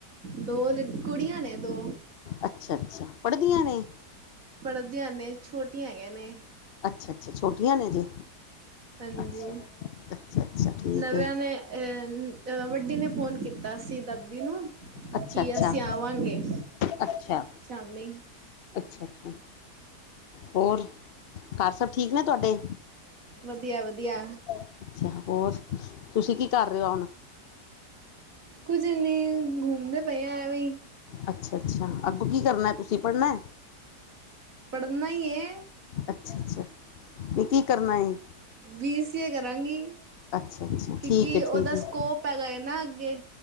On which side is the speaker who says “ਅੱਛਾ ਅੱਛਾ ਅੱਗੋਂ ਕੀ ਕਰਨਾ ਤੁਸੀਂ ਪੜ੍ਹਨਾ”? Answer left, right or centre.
Left